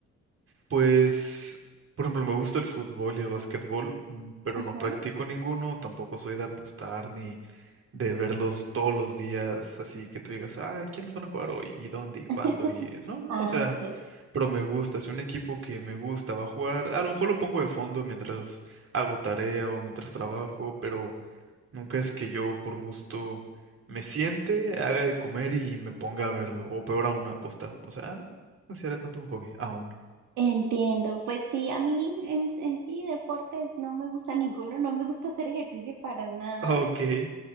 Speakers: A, on the right; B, on the right.
A: Pues, por ejemplo, me gusta el fútbol y el básquetbol, mm, pero
B: Ajá.
A: no practico ninguno, tampoco soy de apostar ni de verlos todos los días, así que tú digas, ah, ¿quiénes van a jugar hoy? ¿Y dónde? ¿Y cuándo?
B: <laughs>
A: Y no, no, o sea,
B: Ah, ok.
A: Pero me gusta, si un equipo que me gusta va a jugar, a lo mejor lo pongo de fondo mientras hago tarea o mientras trabajo, pero nunca es que yo por gusto me siente, haga de comer y me ponga a verlo, o peor aún, a apostar. O sea, "Ah, no considera tanto un hobby, aún.
B: Entiendo. Pues sí, a mí en, en sí deportes no me gusta ninguno, no me gusta hacer ejercicio para nada.
A: <laughs> Ok,